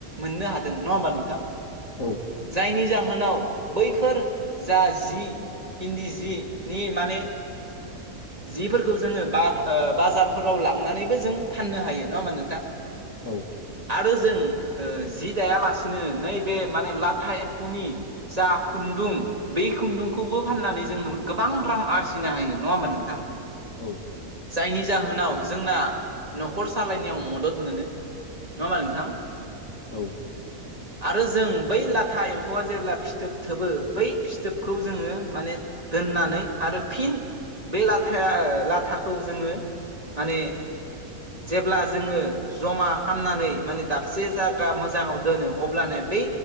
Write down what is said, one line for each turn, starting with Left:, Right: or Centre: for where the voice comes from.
Right: मोननो हादों नङा होमबा नोंथां
Left: औ
Right: जायनि जाहोनाव बैफोर जा जि इन्दि जिनि माने जिफोरखौ जोङो बा बाजारफोराव लांनानैबो जों फाननो हायो नङा होमबा नोंथां
Left: औ
Right: आरो जों ओ जि दायालासिनो नैबे माने लाथा एमफौनि जा खुनदुं बै खुनदुंखौबो फाननानै जों गोबां रां आरजिनो हायो नङा होमबा नों थां
Left: औ
Right: जायनि जाहोनाव जोंना न'खर सालायनायाव मदद मोनो नङा होमबा नोंथां?
Left: औ
Right: आरो जों बै लाथा एमफौया जेब्ला फिथोब थोबो बै फिथोबखौ जोङो माने दोननानै आरो फिन बे लाथाया लाथाखौ जोङो माने जेब्ला जोङो जमा खालामनानै माने दाबसे जायगा मोजाङाव दोनो अब्लानो बै